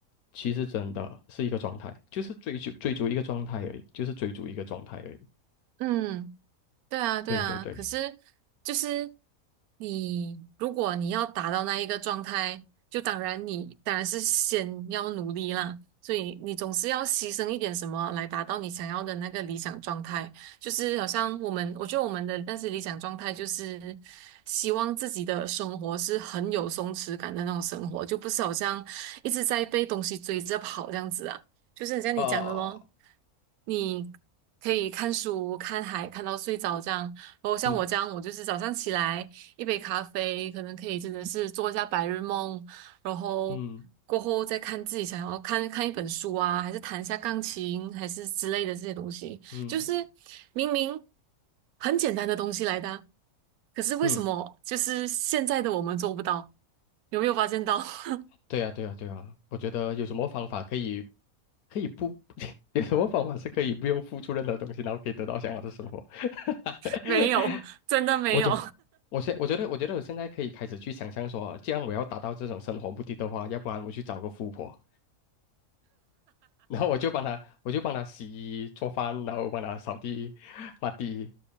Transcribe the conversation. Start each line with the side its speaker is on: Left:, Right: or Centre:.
Left: 其实真的是一个状态，就是追求追逐一个状态而已，就是追逐一个状态而已。
Right: 嗯。对啊，对啊，
Left: 对对对，
Right: 可是就是你，如果你要达到那一个状态，就当然你当然是先要努力啦，所以你总是要牺牲一点什么来达到你想要的那个理想状态。就是好像我们，我觉得我们的但是理想状态就是希望自己的生活是很有松弛感的那种生活，就不是好像一直在被东西追着跑这样子啊。就是很像你讲的咯，
Left: 啊，
Right: 你可以看书、看海，看到睡着这样。然后像我这样，
Left: 嗯
Right: 我就是早上起来一杯咖啡，可能可以真的是做一下白日梦，然后过后再看自己想要看看一本书啊，
Left: 嗯
Right: 还是弹一下钢琴，还是之类的这些东西。
Left: 嗯嗯嗯
Right: 就是明明很简单的东西来的啊可是为什么就是现在的我们做不到？
Left: 嗯。
Right: 有没有发现到？<laughs>
Left: 对呀，对呀，对呀，我觉得有什么方法可以，可以不，<laughs> 有什么方法是可以不用付出任何东西，然后可以得到想要的生活？<laughs>
Right: 没有，真的没有。
Left: 我觉，我现，我觉得，我觉得我现在可以开始去想象说，既然我要达到这种生活目的的话，要不然我去找个富婆，然后我就帮她，我就帮她洗衣做饭，然后帮她扫地、抹地，